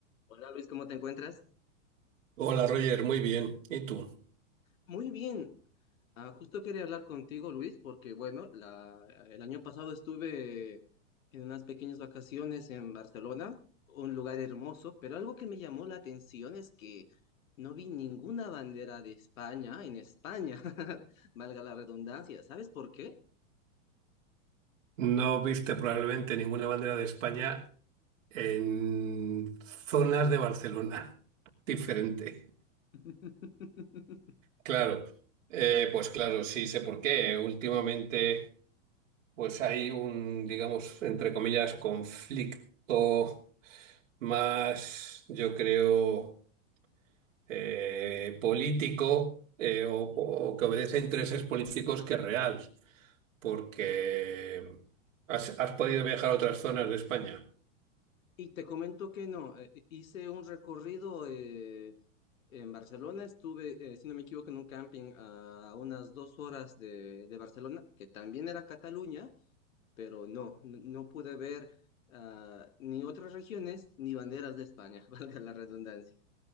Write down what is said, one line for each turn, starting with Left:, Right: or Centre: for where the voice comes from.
Left: Hola Luis, ¿cómo te encuentras?
Right: Hola Roger, muy bien. ¿Y tú?
Left: Muy bien. Ah, justo quería hablar contigo, Luis, porque bueno, la, el año pasado estuve en unas pequeñas vacaciones en Barcelona, un lugar hermoso, pero algo que me llamó la atención es que no vi ninguna bandera de España en España, <laughs> valga la redundancia. ¿Sabes por qué?
Right: No viste probablemente ninguna bandera de España en zonas de Barcelona. <laughs> Diferente.
Left: <laughs>
Right: Claro, eh, pues claro, sí sé por qué. Últimamente, pues hay un, digamos, entre comillas, conflicto más, yo creo, eh, político eh, o,
Left: Ujú.
Right: o que obedece a intereses políticos que real. porque has, has podido viajar a otras zonas de España.
Left: Y te comento que no, eh, hice un recorrido eh, En Barcelona estuve, eh, si no me equivoco, en un camping a unas dos horas de, de Barcelona, que también era Cataluña, pero no, n- no pude ver ah, ni otras regiones ni banderas de España, <laughs> valga la redundancia.